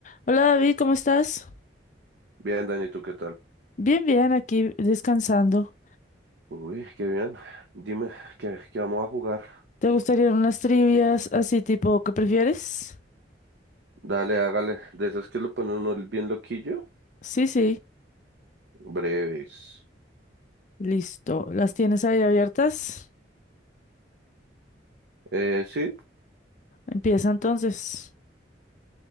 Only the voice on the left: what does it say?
Hola David, ¿cómo estás?
Bien, bien, aquí descansando.
¿Te gustarían unas trivias así tipo ¿qué prefieres?
Sí, sí,
listo. ¿Las tienes ahí abiertas?
Empieza entonces.